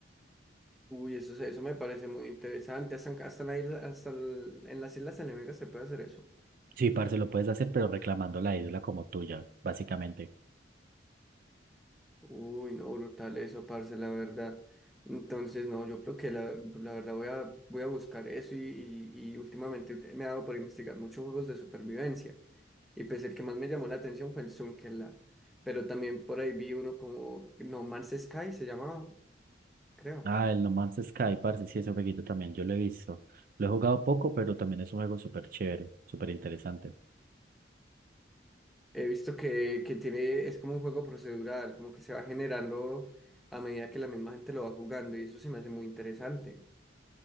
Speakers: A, in the centre; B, on the right.
A: Uy, eso, se- eso me parece muy interesante. Hasta, en- hasta, en la isla- hasta en en las Islas Enemigas se puede hacer eso.
B: Sí, parce, lo puedes hacer, pero reclamando la isla como tuya, básicamente.
A: Uy, no, brutal eso, parce, la verdad. Entonces, no, yo creo que la, la verdad voy a, voy a buscar eso y, y- y últimamente me ha dado por investigar muchos juegos de supervivencia. Y pues el que más me llamó la atención fue el Zunkenland. Pero también por ahí vi uno como No Man's Sky, se llamaba, creo.
B: Ah, el No Man's Sky, parce, sí, ese jueguito también yo lo he visto. Lo he jugado poco, pero también es un juego súper chévere, súper interesante.
A: He visto que, que tiene, es como un juego procedural, como que se va generando a medida que la misma gente lo va jugando y eso se me hace muy interesante.